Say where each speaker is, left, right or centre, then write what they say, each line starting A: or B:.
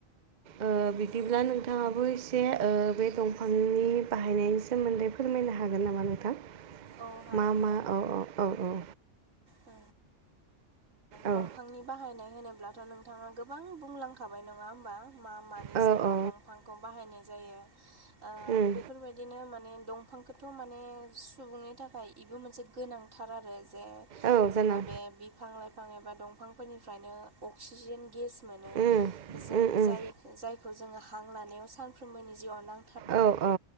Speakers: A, on the right; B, on the right.
A: ओ बिदिब्ला नोंथाङाबो एसे ओ बे दंफांनि बाहायनायनि सोमोन्दै फोरमायनो हागोन नामा नोंथां
B: औ हागोन
A: मा मा औ औ औ औ।
B: औ
A: औ
B: दंफांनि बाहायनाय होनोब्लाथ' नोंथाङा गोबां बुंलांखाबाय नङा होमबा मा मानो
A: औ
B: सायाव
A: औ
B: दंफांखौ बाहायनाय जायो ओ
A: उम
B: बेफोरबायदिनो माने दंफांखौथ' माने सुबुंनि थाखाय बेबो मोनसे गोनांथार आरो जे
A: औ
B: जोङो
A: गोनां
B: बे बिफां लाइफां एबा दंफांफोरनिफ्रायनो अक्सिजेन गेस मोनो
A: उम
B: जों
A: उम उम
B: जायखौ जोङो हां लानायाव सानफ्रोमबोनि जिउआव नां
A: औ औ